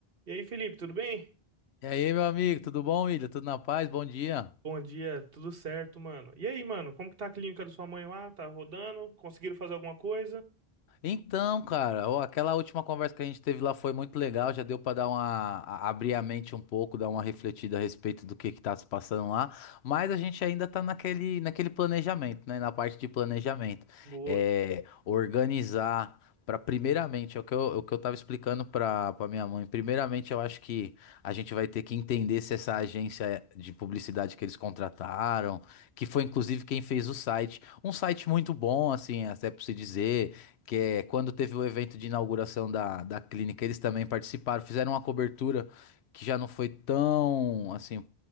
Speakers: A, on the right; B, on the left.
A: E aí, Felipe, tudo bem?
B: E aí, meu amigo, tudo bom, William? Tudo na paz? Bom dia.
A: Bom dia, tudo certo, mano. E aí, mano, como que tá a clínica da sua mãe lá? Tá rodando? Conseguiram fazer alguma coisa?
B: Então, cara, ó, aquela última conversa que a gente teve lá foi muito legal, já deu pra dar uma a- abrir a mente um pouco, dar uma refletida a respeito do que que tá se passando lá, mas a gente ainda tá naquele naquele planejamento, né, na parte de planejamento.
A: Boa.
B: É, organizar pra primeiramente, é o que eu, é o que eu tava explicando pra para minha mãe. Primeiramente, eu acho que a gente vai ter que entender se essa agência de publicidade que eles contrataram, que foi inclusive quem fez o site, um site muito bom, assim, até pra se dizer que é quando teve o evento de inauguração da, da clínica, eles também participaram, fizeram uma cobertura que já não foi tão assim.